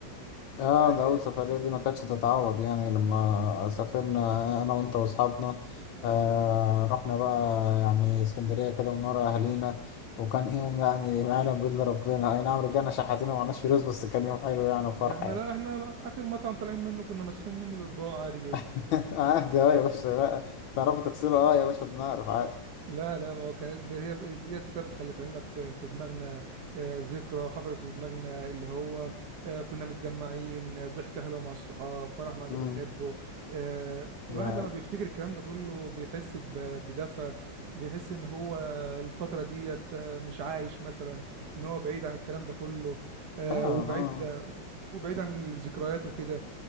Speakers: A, on the left; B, on the right.
A: اه
B: يعني
A: ده أول سفرية دي ما كانتش تتعوض يعني لما سافرنا أنا وأنت وأصحابنا آه رحنا بقى يعني اسكندرية كده من ورا أهالينا وكان يوم يعني ما يعلم بإلا ربنا أي نعم رجعنا شحاتين ومعناش فلوس بس كان يوم حلو يعني وفرحة
B: احنا
A: يعني
B: لا احنا اخر مطعم طالعين منه كنا ماسحين منه الاطباق عادي جدا
A: <laughs> عادي اه يا باشا لا تعرفوا تغسلوا اه يا باشا بنعرف عادي
B: لا لا ما هو كانت هي ديت ثابت خلي في علمك في, في دماغنا آه، ذكرى حفرت في دماغنا اللي هو آه، كنا متجمعين آه، ضحكة حلوة مع الصحاب فرح مع اللي
A: امم
B: بنحبه آه،
A: ده
B: الواحد
A: حقيقي.
B: لما بيفتكر الكلام ده كله بيحس ب- بدفى بيحس ان هو الفترة ديت آه، مش عايش مثلا ان هو بعيد عن الكلام ده كله آه،
A: فعلا
B: وبعيد
A: اه
B: وبعيد عن الذكريات وكده